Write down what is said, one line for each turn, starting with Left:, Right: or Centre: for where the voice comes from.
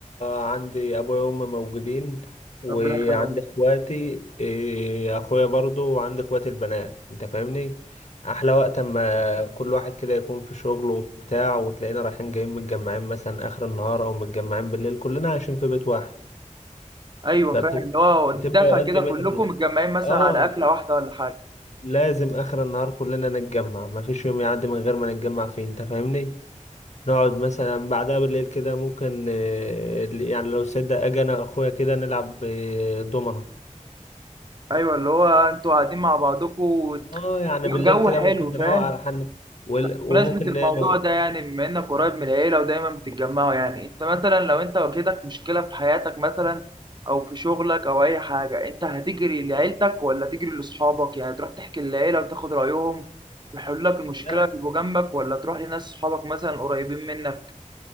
Left: عندي ابويا وامي موجودين وعندي
Right: ربنا يخليهم
Left: اخواتي إيه، اخويا برضو وعندي اخواتي البنات انت فاهمني احلى وقت اما كل واحد كده يكون في شغله وبتاع وتلاقينا رايحين جايين متجمعين مثلا اخر النهار او متجمعين بالليل كلنا عايشين في بيت واحد
Right: أيوه
Left: فبتبقى
Right: فاهم اللي هو دفى
Left: اوقات
Right: كده
Left: جميله
Right: كلكم
Left: في الح-
Right: متجمعين مثلا
Left: اه
Right: على أكلة واحدة ولا حاجة
Left: لازم اخر النهار كلنا نتجمع مفيش يوم يعدي من غير ما نتجمع فيه انت فاهمني نقعد مثلا بعدها بالليل كده ممكن آه، يعني لو صدق اجي انا اخويا كده نلعب آه، دومنة
Right: أيوه اللي هو أنتوا قاعدين مع بعضكم
Left: اه يعني بالليل
Right: جو
Left: كده
Right: حلو
Left: ممكن نروق
Right: فاهم؟
Left: على حالنا وال- وممكن
Right: بمناسبة الموضوع
Left: آه،
Right: ده يعني بما إنك قريب من العيلة ودايما بتتجمعوا يعني أنت مثلا لو أنت واجهتك مشكلة في حياتك مثلا أو في شغلك أو أي حاجة أنت هتجري لعيلتك ولا تجري لأصحابك يعني تروح تحكي للعيلة وتاخد رأيهم ويحلوا لك المشكلة
Left: لا
Right: يبقوا جنبك ولا تروح لناس صحابك مثلا قريبين منك